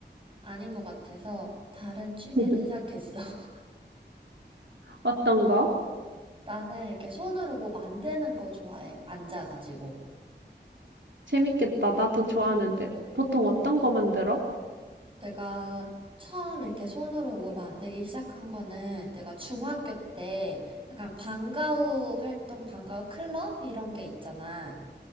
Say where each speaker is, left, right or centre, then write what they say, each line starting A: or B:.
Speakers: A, on the right (about 30°); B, on the right (about 80°).
A: 아닌 것 같아서 다른 취미를
B: <laughs>
A: 시작했어. <laughs>
B: 어떤 거?
A: 나는 이렇게 손으로 뭐 만드는 거 좋아해. 앉아가지고.
B: 재밌겠다. 나도 좋아하는데. 보통 어떤 거 만들어?
A: 내가 처음 이렇게 손으로 뭘 만들기 시작한 거는 내가 중학교 때 약간 방과후 활동, 방과후 클럽 이런 게 있잖아.